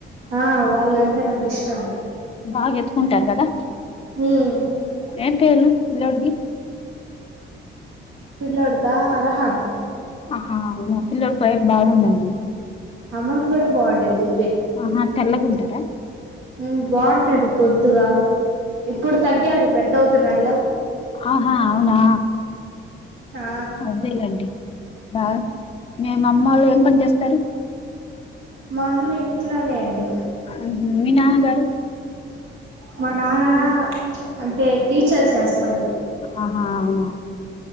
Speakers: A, on the right; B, on the left.
A: ఆ వాళ్ళంటే నాకు ఇష్టమే
B: బాగ ఎత్తుకుంటారు కదా
A: ఉమ్
B: ఏంపేర్లు పిల్లోడిది
A: పిల్లడిద రహాన్
B: ఆహా అ పిల్లోడి పై బాగుందండి
A: అమన్ కూడా బాగుండిద్ది
B: ఆహా తెల్లగుంటారా
A: ఉ బాంటడు బొద్దుగా ఇప్పుడు తగ్గాడు పెద్ద అవుతున్నాడుగా
B: ఆహా అవునా
A: ఆ
B: అదేలేండి బా మే అమ్మళ్లు ఏం పని చేస్తారు
A: మా అమ్మ ఇంట్లోనే అండి
B: ఉహు మీ నాన గారు
A: మా నాన్న అంటే టీచర్ చేస్తాడు
B: ఆహా అవునా